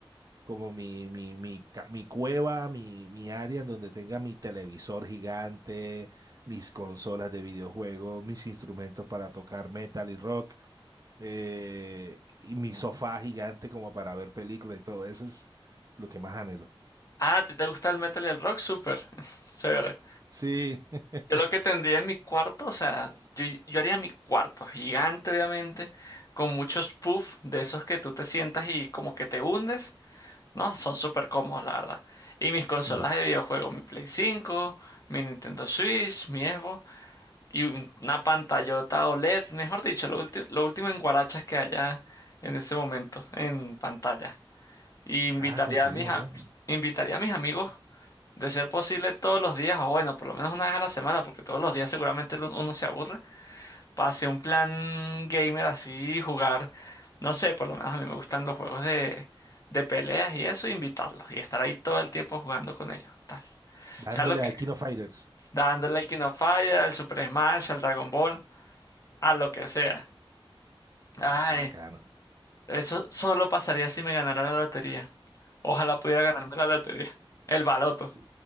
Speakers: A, on the right; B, on the left.
A: como mi, mi, mi, ca- mi cueva, mi, mi área en donde tenga mi televisor gigante, mis consolas de videojuegos, mis instrumentos para tocar metal y rock, eh, y mi sofá gigante como para ver películas y todo. Eso es lo que más anhelo.
B: Ah, ¿te, te gusta el metal y el rock? Súper. <laughs> Chévere.
A: Sí. <laughs>
B: Yo lo que tendría en mi cuarto, o sea, yo, yo haría mi cuarto gigante, obviamente, con muchos puffs de esos que tú te sientas y como que te hundes, ¿no? Son súper cómodos, la verdad. Y mis consolas
A: Mm.
B: de videojuego, mi Play 5, mi Nintendo Switch, mi Xbox y un- una pantallota OLED, mejor dicho, lo, ulti- lo último en guarachas que haya en ese momento en pantalla. Y invitaría
A: Ah, coincidimos,
B: a mis, a-
A: ¿ven?
B: invitaría a mis amigos de ser posible todos los días, o bueno, por lo menos una vez a la semana, porque todos los días seguramente lu- uno se aburre, para hacer un plan gamer así, jugar, no sé, por lo menos a mí me gustan los juegos de, de peleas y eso, invitarlos y estar ahí todo el tiempo jugando con ellos, tal.
A: Dándole
B: Sea lo que
A: a
B: sea,
A: Kino Fighters.
B: dándole al King of Fighter, al Super Smash, al Dragon Ball, a lo que sea. Ay,
A: Ah, bacano.
B: eso solo pasaría si me ganara la lotería. Ojalá pudiera ganarme la lotería. El baloto.
A: Sí.